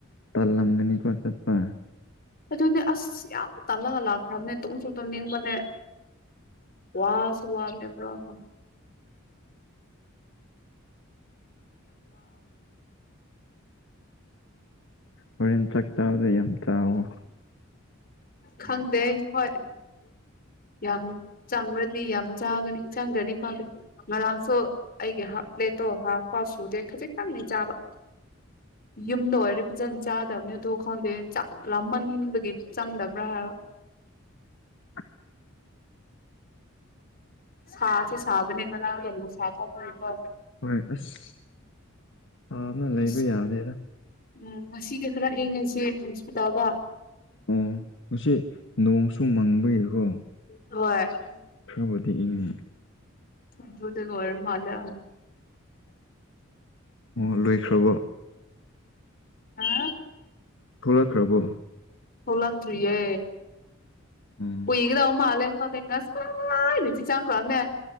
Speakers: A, on the left (about 60°); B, on the left (about 45°).
A: ꯇꯜꯂꯝꯒꯅꯤꯀꫭ ꯆꯠꯄ꯫
B: ꯑꯗꯨꯅꯦ ꯑꯁ ꯌꯥꯝ ꯇꯥꯜꯂꯒ ꯂꯥꯛꯈ꯭ꯔꯕꯅꯦ ꯇꯨꯝꯁꯨ ꯇꯨꯝꯅꯤꯡꯕꯅꯦ꯫ ꯋꯥꯁꯨ ꯋꯥꯕꯅꯦ ꯃꯔꯣꯃꯗ꯫
A: ꯍꯣꯔꯦꯟ ꯆꯥꯛ ꯆꯥꯕꯗ ꯌꯥꯝ ꯆꯥꯎꯋꯣ
B: <unintelligible> <unintelligible> ꯈꯪꯗꯦ ꯍꯣꯏ ꯌꯥꯝ ꯆꯪꯔꯗꯤ ꯌꯥꯝ ꯆꯥꯒꯅꯤ ꯆꯪꯒꯅꯤ ꯈꯪꯗꯦ ꯉꯔꯥꯡꯁꯨ ꯑꯩꯒꯤ ꯍꯥꯞ ꯄ꯭ꯂꯦꯠꯇꯣ ꯍꯥꯐ ꯄꯥꯎꯁꯨꯗꯦ ꯈꯖꯤꯛꯇꯪꯅꯦ ꯆꯥꯕ ꯌꯨꯝꯗ ꯑꯣꯏꯔꯗꯤ ꯐꯖꯅ ꯆꯥꯗꯕꯅꯤ ꯑꯗꯨ ꯈꯪꯗꯦ ꯆꯥꯛ ꯂꯥꯃꯟꯕꯒꯤ ꯆꯪꯗꯕ꯭ꯔꯥ ꯍꯥꯏꯕ꯫
A: <unintelligible>
B: ꯁꯥꯁꯨ ꯁꯥꯕꯅꯤ ꯉꯌꯥꯡꯗꫭ ꯅꯨꯡꯁꯥ ꯊꫭꯛꯄꯒꯤꯀꫭ꯫
A: ꯍꯣꯏ ꯑꯁ ꯁꯥꯕꯅ ꯂꯩꯕ
B: ꯑꯁ
A: ꯌꯥꯗꯦꯗ꯫
B: ꯎꯝ ꯉꯁꯤꯗꯤ ꯈꯔ ꯏꯪꯉꯁꯤ ꯍꯣꯁꯄꯤꯇꯥꯜꯗ꯫
A: ꯑꯣ ꯉꯁꯤ ꯅꯣꯡꯁꯨ ꯃꯥꯡꯕꯒꯤꯀꯣ꯫
B: ꯍꯣꯏ꯫
A: ꯈꯔꯕꯨꯗꯤ ꯏꯪꯅꯤ꯫
B: ꯑꯗꯨꯗꯒ ꯑꫭꯏꯔ ꯃꯥꯜꯂꯦ꯫
A: ꯑꯣ ꯂꯣꯏꯈ꯭ꯔꯕꯣ꯫
B: ꯑꯥ꯫
A: ꯊꯣꯛꯂꯛꯈ꯭ꯔꯕꯣ꯫
B: ꯊꫭꯛꯂꯛꯇ꯭ꯔꯤꯌꯦ
A: ꯎꯝ
B: ꯀꯨꯏꯒꯗꯕ ꯃꯥꯜꯂꯦ꯫ ꯈꯪꯗꯦ ꯉꯁꯥꯏ ꯂꯨꯆꯤ ꯆꯪꯈ꯭ꯔꯃꯅꯦ꯫